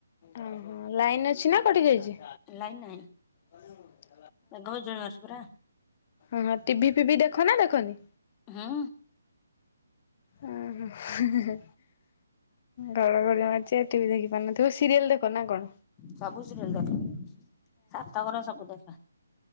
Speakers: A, on the left; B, on the left.
A: ଓ ହଁ ଲାଇନ ଅଛି ନା କଟି ଯାଇଛି?
B: ଲାଇନ ନାହିଁ।
A: ଆରୁ
B: ମେଘ ହଉଚି ଜୋରସେ ପୁରା।
A: ଓଁ ଟିଭି ଫିଭି ଦେଖ ନା ଦେଖନି?
B: ହୁଁ।
A: ଓ ହଁ। ଘଡ ଘଡ଼ି ମାରୁଛି ଟିଭି ଦେଖି ପାରୁନଥିବେ, ସିରିଏଲ ଦେଖ ନା କଣ?
B: ସବୁ ସିରିଏଲ୍ ଦେଖେ ସାତ ଘର ସବୁ ଦେଖେ।